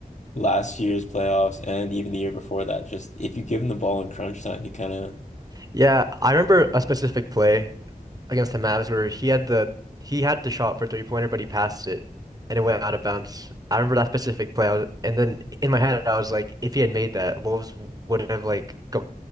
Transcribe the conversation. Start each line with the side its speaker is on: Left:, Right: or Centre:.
Left: last year's playoffs and even the year before that, just if you give him the ball in crunch time, he kind of
Right: Yeah, I remember a specific play against the Mavs where he had the he had the shot for three pointer, but he passed it and it went out of bounds. I remember that specific play. I was, and then in my head, I was like, if he had made that, Wolves would have like go,